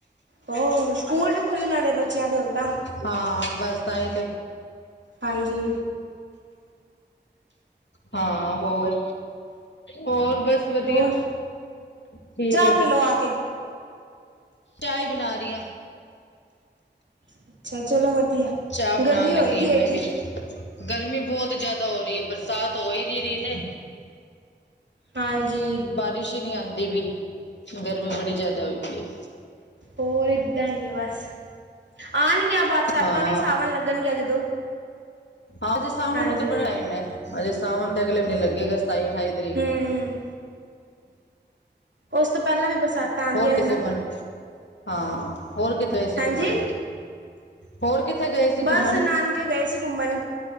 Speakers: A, on the right; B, on the left.
A: ਹੋਰ, ਸਕੂਲ ਵੀ ਖੁੱਲਣ ਵਾਲੇ ਬੱਚਿਆਂ ਦੇ ਹੁਣ ਤਾਂ।
B: ਹਾਂ, ਬਸ ਤਾਂ ਈ ਤੇ।
A: ਹਾਂਜੀ।
B: ਹਾਂ, ਹੋਰ? ਹੋਰ ਬਸ, ਵਧੀਆ-
A: ਹੋਰ
B: ਠੀਕ
A: ਚਾਹ ਪੀ ਲੋੋ, ਆ ਕੇ।
B: ਚਾਇ ਬਣਾ ਰਹੀ ਹੈ।
A: ਅੱਛਾ ਚਲੋ ਵਧੀਆ।
B: ਚਾਹ ਬਣਾਉਣ
A: ਗਰਮੀ ਹੋਈ
B: ਲੱਗੀ
A: ਦੀ
B: ਹਾਂ, ਮੈਂ
A: ਐਡੀ।
B: ਵੀ। ਗਰਮੀ ਬਹੁਤ ਜਿਆਦਾ ਹੋ ਰਹੀ ਹੈ। ਬਰਸਾਤ ਹੋ ਹੀ ਨਹੀਂ ਰਹੀ ਤੇ
A: ਹਾਂਜੀ
B: ਬਾਰਿਸ਼ ਹੀ ਨਹੀਂ ਆਉਂਦੀ। ਵੀ ਗਰਮੀ ਬੜੀ ਜਿਆਦਾ ਹੋਈ ਪਈ।
A: ਹੋਰ ਏਦਾਂ ਹੀ ਹੈ ਬਸ ਆਣਗੀਆਂ ਬਰਸਾਤਾਂ
B: ਹਾਂ।
A: ਵੀ ਸਾਵਣ ਲੱਗਣਗੀਆਂ ਜਦੋਂ।
B: ਹਾਂਜੀ ਸਾਵਣ
A: ਹਾਂਜੀ।
B: ਨੂੰ ਤਾਂ ਬੜਾ ਟਾਇਮ ਆ ਹਜੇ ਸਾਵਣ ਤੇ ਅਗਲੇ ਮਹੀਨੇ ਲੱਗੇਗਾ ਸਤਾਈ ਅਠਾਈ ਤਰੀਕ
A: ਹੂੰ
B: ਨੂੰ।
A: ਉਸ ਤੋਂ ਪਹਿਲਾਂ ਵੀ ਬਰਸਾਤਾਂ ਆਂਦੀਆਂ
B: ਹੋਰ ਕਿਥੇ
A: ਨੇ ਨਾ
B: <unintelligible> ਹਾਂ ਹੋਰ ਕਿੱਥੇ ਆਏ ਸੀ
A: ਹਾਂਜੀ।
B: ਘੁੰਮਣ। ਹੋਰ ਕਿੱਥੇ ਗਏ ਸੀ
A: ਬਸ
B: ਘੁੰਮਣ।
A: ਨਾਨਕੇ ਗਏ ਸੀ ਘੁੰਮਣ